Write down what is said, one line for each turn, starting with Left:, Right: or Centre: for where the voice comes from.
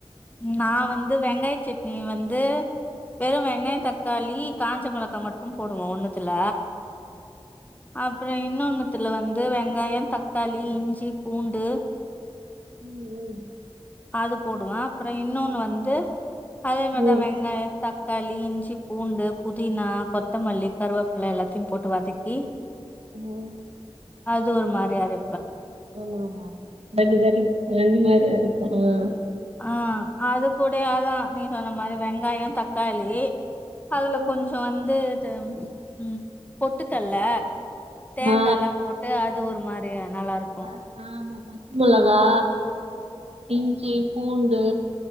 Left: நான் வந்து வெங்காய சட்னி வந்து வெறும் வெங்காயம் தக்காளி காஞ்ச மிளகா மட்டும் போடுவோம் ஒண்ணுத்துல அப்பறம் இன்னொண்ணுத்துல வந்து வெங்காயம் தக்காளி இஞ்சி பூண்டு
Right: உம் உம்
Left: அது போடுவோன் அப்பறம் இன்னொன்னு வந்து அதே மாரி
Right: ம் ம்
Left: தான் வெங்காயம் தக் காளி இஞ்சி பூண்டு புதினா கொத்தமல்லி கருவேப்பில எல்லாத்தையும் போட்டு வதக்கி
Right: உம்
Left: அது ஒரு மாரி அரை
Right: ஆமா ஆமா ரெண்டுதாட்டி ரெண்டு மாதரி அரை உம்
Left: ஆஹ் அது கூடாயேதான் நீ சொன்ன மாரி வெங்காயம் தக்காளி அதுல
Right: ம்
Left: கொஞ்சம் வந்து உம் பொட்டுகல்ல தேங்காய்
Right: ஆ
Left: எல்லாம் போட்டு அ அது ஒரு மாரியா நல்லா இருக்கும்
Right: அ- ஆமா பச்ச மொளகா இஞ்சி பூண் டு